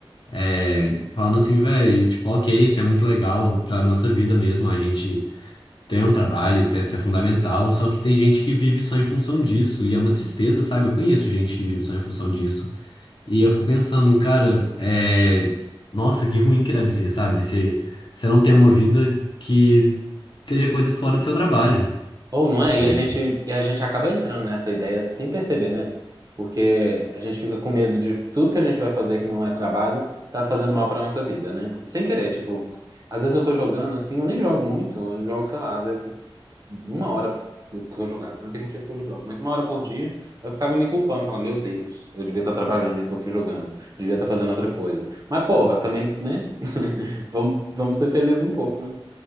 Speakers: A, on the left; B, on the right.
A: é, falando assim, velho, tipo, ok, isso é muito legal pra nossa vida mesmo, a gente ter um trabalho, etc, é fundamental, só que tem gente que vive só em função disso, e é uma tristeza, sabe? Eu conheço gente que vive só em função disso. E eu fico pensando, cara, é... Nossa, que ruim que deve ser, sabe? Se você não tem uma vida que seja coisas fora do seu trabalho,
B: Ou não é?
A: entendeu?
B: E a gente, e a gente acaba entrando nessa ideia sem perceber, né? Porque a gente fica com medo de tudo que a gente vai fazer que não é trabalho tá fazendo mal pra nossa vida, né? E Sem querer, tipo, às vezes eu tô jogando assim, eu nem jogo muito, eu jogo, sei lá, às vezes uma hora que eu jogava, não tem muito tempo que eu não jogo, mas uma hora por dia eu ficava me culpando, falava, meu Deus, eu devia estar trabalhando e tô aqui jogando, devia estar fazendo outra coisa. Mas porra, também, né? <laughs> Vamos, vamos ser felizes um pouco, né?